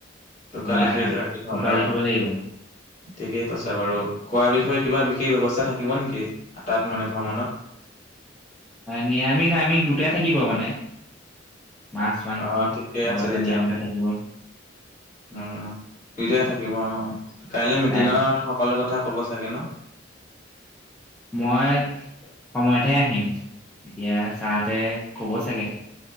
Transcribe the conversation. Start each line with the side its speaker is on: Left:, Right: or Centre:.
Left: টোকা
Centre: তোমাৰ
Left: লিখি
Centre: টোকা
Left: ৰাখি থম অ
Centre: লিখিব লাগিব
Left: ঠিকেই কৈছা বাৰু খোৱাৰ বিষয়ে কিবা বিশেষ ব্যৱস্থা থাকিব নিকি তাত মানে ভ্ৰমণত
Centre: নিৰামিষ আমিষ দুটাই থাকিব মানে মাছ মাংস
Left: অ ঠিকে
Centre: লগতে
Left: আছে তেতিয়াহ'লে
Centre: নিৰামিষো
Left: দি
Centre: থাকিব
Left: উম দুইটাই থাকিব অ কাইলে মিটিঙত
Centre: তাই
Left: হক সকলো কথা ক'ব চাগে ন
Centre: মই সময়তহে আহিম এতিয়া চাহঁতে কব চাগে